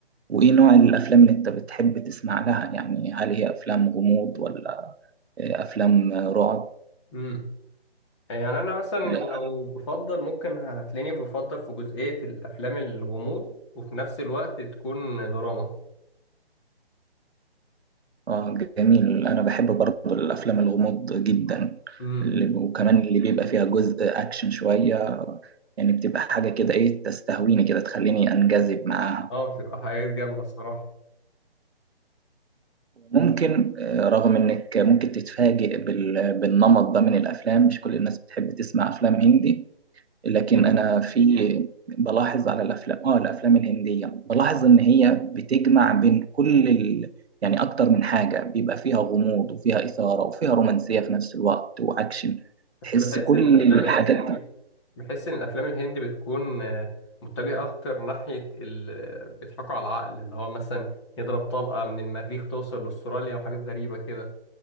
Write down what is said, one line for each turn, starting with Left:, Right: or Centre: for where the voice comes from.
Right: وايه نوع الافلام اللي انت بتحب تسمع لها يعني هل هي افلام غموض ولا افلام رعب
Left: امم يعني انا مثلا
Right: ولا
Left: لو بفضل ممكن هتلاقيني بفضل في جزئية الافلام الغموض وفي نفس الوقت تكون دراما
Right: اه جميل انا بحب برضه الافلام الغموض جدا
Left: امم
Right: اللي- وكمان اللي بيبقى فيها جزء اكشن شوية يعني بتبقى حاجة كده ايه تستهويني كده تخليني انجذب معاها
Left: اه بتبقى حاجات جامدة الصراحة
Right: ممكن آه، رغم انك ممكن تتفاجئ بال- بالنمط ده من الافلام مش كل الناس بتحب تسمع افلام هندي لكن
Left: هندي
Right: انا في بلاحظ على الافلام اه الافلام الهندية بلاحظ ان هي بتجمع بين كل ال... يعني اكتر من حاجة بيبقى فيها غموض وفيها اثارة وفيها رومانسية في نفس الوقت واكشن
Left: بس
Right: تحس
Left: بحس
Right: كل
Left: ان الافلام
Right: الحاجات
Left: الهندي بحس ان الافلام الهندي بتكون آه، متجهه اكتر ناحيه ال... بيضحكوا على العقل اللي هو مثلا يضرب طلقه من المريخ توصل لاستراليا وحاجات غريبه كده